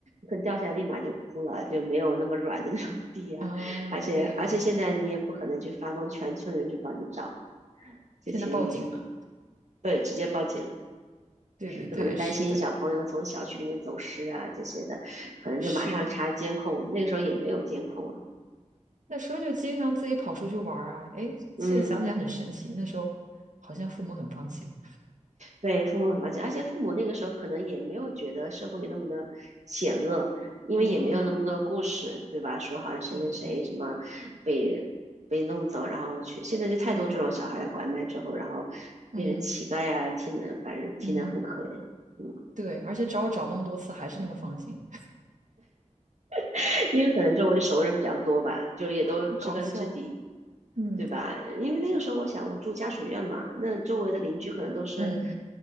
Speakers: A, on the right; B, on the right.
A: 可能掉下来立马就哭了，就没有那么软的那种地啊，
B: 啊，
A: 而且而且现在你也不可能去发动全村人去帮你找，
B: 对，
A: 就挺有意思的
B: 现在报警了。
A: 对，直接报警，
B: 对对对，
A: 就可能担心小朋友从小区里面走失啊这些的，
B: 是的，
A: 可能就马上查监控，
B: 是。
A: 那个时候也没有监控啊，
B: 那时候就经常自己跑出去玩儿啊，哎，现在想起来很神奇，
A: 嗯。
B: 那时候好像父母很放心。
A: 对，父母很了解，而且父母那个时候可能也没有觉得社会那么的险恶，因为也没有那么多故事，
B: 啊，
A: 对吧？说好像谁谁谁什么被被弄走，
B: 对
A: 然后去，现在就太多这种小孩拐卖之后，
B: 对，
A: 然后变成乞丐啊，
B: 嗯
A: 听的反正听的很可怜，
B: 嗯，
A: 嗯，
B: 对，而且找我找那么多次还是那么放心，<laughs>
A: <laughs> 因为可能周围熟人比较多吧，就也都知根知底，
B: 好搞笑啊。嗯
A: 对吧？因为那个时候我想我住家属院嘛，那周围的邻居可能都是
B: 嗯，